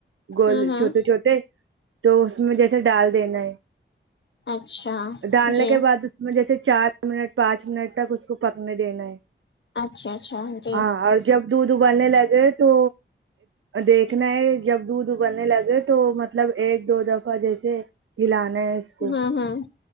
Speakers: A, on the right; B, on the left.
A: گول
B: ہوں ہوں
A: چھوٹے چھوٹے تو اس میں جیسے ڈال دینا ہے
B: اچھا
A: ڈالنے
B: جی
A: کے بعد اس میں جیسے چار منٹ پانچ منٹ تک اس سپکنے دینا ہے
B: اچھا اچھا جی
A: ہاں جب دودھ ابالنے لگے تو دیکھنا ہے جب دودھ ابلنے لگے تو مطلب ایک دو دفعہ جیسے ہلانے اس کو
B: ہوں ہوں